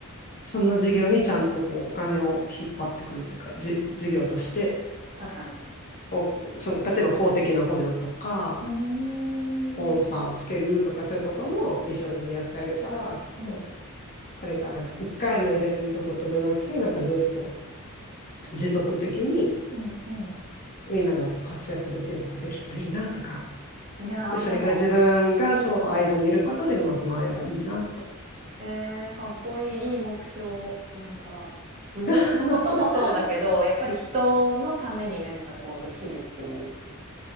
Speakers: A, on the left; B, on the right.
A: その事業にちゃんとこうお金を引っ張ってくるというか、じ事業として
B: 確かに。
A: こうそう、例えば公的な補助とか、
B: うーん。
A: スポンサーをつけるとか、そういうことも一緒にやってあげたら、
B: うん。
A: こう彼がなんか1回のイベントごとじゃなくて、なんかずっと持続的に
B: うんう
A: みんながこう活躍できる場ができたらいいなとか、
B: ん。いやー、
A: で、それが自分がそう間にいることでうまく回ればいいなと
B: でも、えーかっこいい、いい目標。なんか、自分のこともそうだけど、
A: <laughs>
B: やっぱり人のために何かこうできるっていう、